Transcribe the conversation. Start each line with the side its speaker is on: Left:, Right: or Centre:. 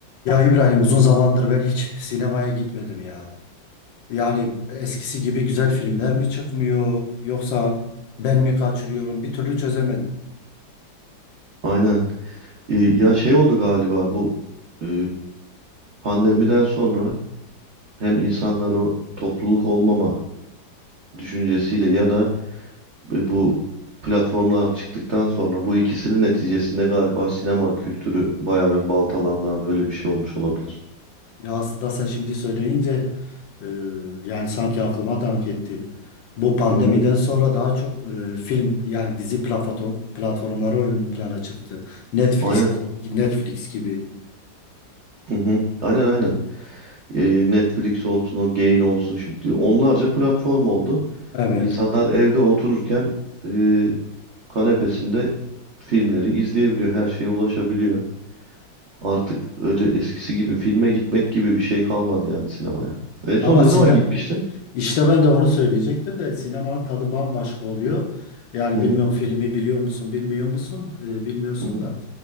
Left: Ya İbrahim uzun zamandır ben hiç sinemaya gitmedim ya. Yani eskisi gibi güzel filmler mi çıkmıyor yoksa ben mi kaçırıyorum bir türlü çözemedim.
Right: Aynen. Ee, ya şey oldu galiba bu e, pandemiden sonra hem insanlar o topluluk olmama düşüncesiyle ya da e, bu platformlar çıktıktan sonra bu ikisinin neticesinde galiba sinema kültürü bayağı bir baltalandı abi. Öyle bir şey olmuş olabilir.
Left: Ya aslında sen şimdi söyleyince e, yani sanki aklıma dank etti. Bu pandemiden
Right: Hı hı.
Left: sonra daha çok e, film yani dizi platform, platformları ön plana çıktı. Netflix,
Right: Aynen.
Left: Netflix gibi.
Right: Hı hı. Aynen aynen. Ee, Netflix olsun o Gain olsun şimdi onlarca platform oldu.
Left: Evet.
Right: İnsanlar evde otururken e, kanepesinde filmleri izleyebiliyor. Her şeye ulaşabiliyor. Artık öyle eskisi gibi filme gitmek gibi bir şey kalmadı yani sinemaya. En son
Left: Ama
Right: ne
Left: sinem
Right: zaman gitmiştin?
Left: işte ben de onu söyleyecektim de sinemanın tadı bambaşka oluyor. Yani
Right: Hı hı,
Left: bilmiyorum Evet. filmi biliyor musun, bilmiyor musun? Ee, bilmiyorsun
Right: hı hı.
Left: da.